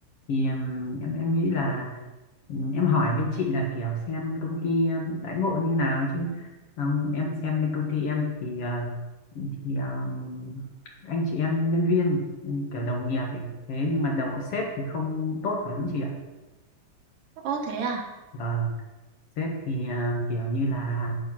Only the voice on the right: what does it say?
Ố thế à?